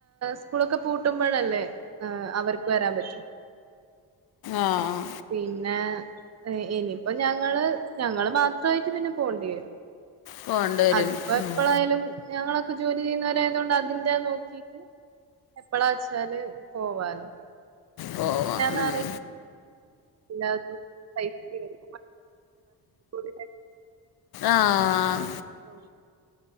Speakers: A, on the right; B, on the left.
A: സ്കൂളൊക്കെ പൂട്ടുമ്പഴല്ലേ ആഹ് അവർക്ക് വെരാൻ പറ്റു
B: ആഹ്
A: പിന്നെ ഇനിയിപ്പോ ഞങ്ങള് ഞങ്ങള് മാത്രായിട്ട് പിന്നെ പോണ്ടി വെരും
B: പോകേണ്ടി വരും
A: അത്പ്പൊ
B: ഉം.
A: എപ്പളായാലും ഞങ്ങളൊക്കെ ജോലി ചെയ്യുന്നവരായതോണ്ട് അതിന്റെ നോക്കീട്ട് എപ്പളാച്ചാല് പോവാലോ
B: പോവാം
A: എങ്ങനാന്നറി
B: ഉം.
A: എല്ലാതും പൈസയും <unintelligible>
B: ആഹ്
A: ഓ